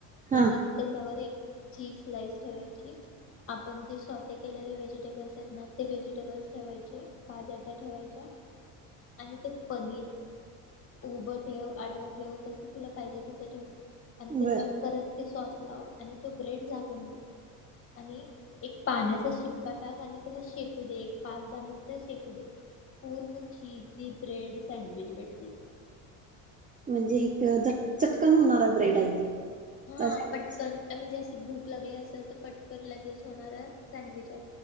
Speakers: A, on the left; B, on the right.
A: त्याच्यात
B: हा
A: त्याच्यावर एक चीज स्लाइस ठेवायची आपण जे शॉ''--'' ते केलेले व्हेजिटेबल्स आहेत ना ते व्हेजिटेबल्स ठेवायचे भाज्या ठेवायच्या. आणि ते पनीर. उभं ठेव आडवं ठेव कसं तुला पाहिजेसं ठेव. आणि त्याच्यावर
B: बर
A: परत ते सॉस लाव आणि तो ब्रेड झाकून दे आणि. एक पाण्याचा शिपका टाक आणि त्याला शेकू दे एक पाच दहा मिनिट शेकू दे. पूर्ण चीजी ब्रेड सँडविच भेटतेत.
B: म्हणजे हीत झ चटकन होणारा ब्रेड आहे की.
A: हा
B: अ, सँडविच.
A: पटकन म्हणजे असं भूक लागली असेल तर पटकन लगेच होणार सँडविच आहे.